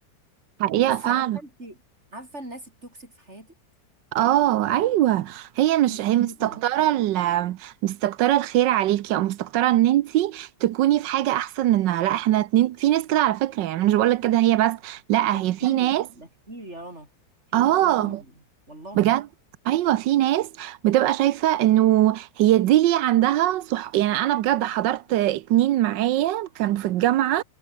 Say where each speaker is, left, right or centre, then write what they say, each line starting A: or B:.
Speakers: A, on the right (about 75°); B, on the right (about 35°).
A: حقيقة
B: بصي
A: فعلا
B: عارفه انت عارفه الناس التوكسيك في حياتك
A: اه ايوه هي مش
B: دي
A: هي مستكترة
B: دي كده
A: ال مستكترة الخير عليكي او مستكترة ان انتي تكوني في حاجة احسن منها لا احنا اتنين في ناس كده على فكرة يعني مش بقولك كده هي بس لا
B: ده كتير
A: هي في ناس
B: ده كتير يا رنا في
A: اه
B: في امم والله
A: بجد ايوه في ناس بتبقى شايفه انه هي دي ليه عندها صح يعني انا بجد حضرت اتنين معايا كان في الجامعه